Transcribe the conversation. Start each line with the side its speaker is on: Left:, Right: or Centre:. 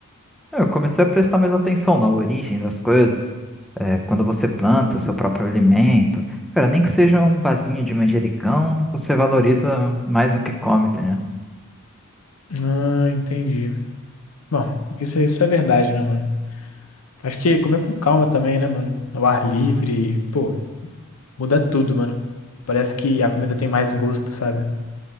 Centre: eu comecei a prestar mais atenção na origem das coisas. É, quando você planta seu próprio alimento, cara, nem que seja um vasinho de manjericão, você valoriza mais o que come, tá
Left: Ah, entendi. Bom, isso, isso é verdade, né, mano? Acho que comer com calma também, né, mano? Ao ar livre, pô, muda tudo, mano. Parece que a comida tem mais gosto, sabe?